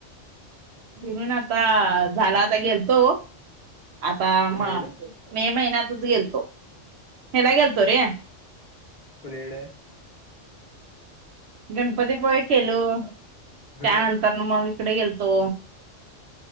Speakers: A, on the right; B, on the left.
A: घिरून आता झाला आता गेलतो. आता
B: पुणेड
A: म मे महिन्यात त <unintelligible> गेलतो हेला गल्तो रे
B: कोणीकड?
A: गणपतीपुळे केलो
B: हा
A: त्यानंतर न मग इकडे गेलतो.